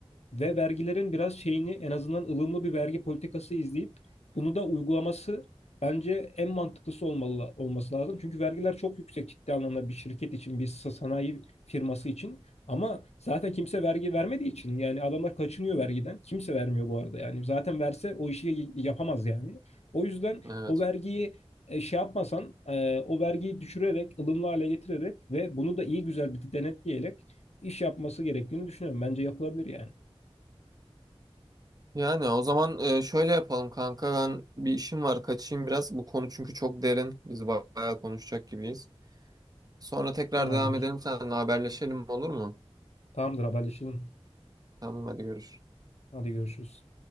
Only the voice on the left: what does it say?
ve vergilerin biraz şeyini en azından ılımlı bir vergi politikası izleyip bunu da uygulaması bence en mantıklısı olmalı, olması lazım. Çünkü vergiler çok yüksek ciddi anlamda bir şirket için, bir sa- sanayi firması için. Ama zaten kimse vergi vermediği için yani adamlar kaçınıyor vergiden. Kimse vermiyor bu arada yani. Zaten verse o işi yapamaz yani. O yüzden
o vergiyi e, şey yapmasan e, o vergiyi düşürerek, ılımlı hale getirerek ve bunu da iyi güzel bir denetleyerek iş yapması gerektiğini düşünüyorum. Bence yapılabilir yani.
Tamamdır.
Tamamdır haberleşelim.
Hadi görüşürüz.